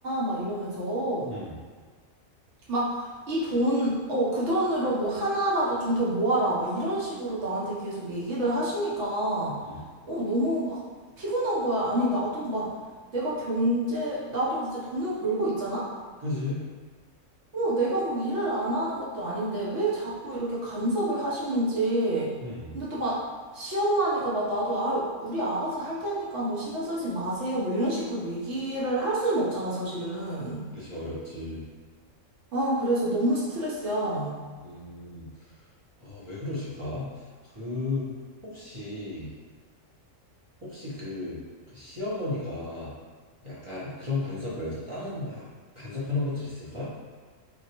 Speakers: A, on the right; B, on the right.
A: 막 이러면서.
B: 응.
A: 막, 이 돈, 어, 그 돈으로 뭐 하나라도 좀 더 모아라. 막 이런 식으로 나한테 계속 얘기를 하시니까, 어,
B: 응,
A: 너무 막 피곤한 거야. 아니, 나도 막 내가 경제, 나도 이제 돈을 벌고 있잖아?
B: 그지?
A: 어, 내가 뭐 일을 안 하는 것도 아닌데 왜 자꾸 이렇게 간섭을 하시는지.
B: 음,
A: 근데 또 막 시험만 하니까 막 나도, 아, 우리 알아서 할 테니까 뭐 신경 쓰지 마세요. 뭐 이런 식으로 얘기를 할 수는 없잖아, 사실은.
B: 그지 어렵지.
A: 아, 그래서 너무 스트레스야.
B: 음, 아, 왜 그러실까? 그 혹시 혹시 그, 그 시어머니가 약간 그런 간섭 외에도 다른 막 간섭하는 것들이 있을까?